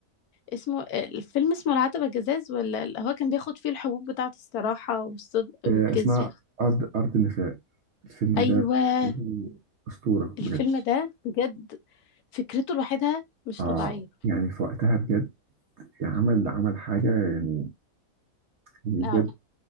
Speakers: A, on the left; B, on the right.
A: اسمه الفيلم اسمه العتبة جزاز ولا اللي هو كان بياخد فيه الحبوب بتاعة الصراحة والصدق والكذب
B: آه، اسمها أرض أرض النفاق الفيلم
A: ايوه
B: ده فيلم أسطورة بجد
A: الفيلم ده بجد فكرته لوحدها مش
B: آه
A: طبيعية
B: يعني في وقتها بجد عمل عمل حاجة يعني يعني
A: اه
B: بجد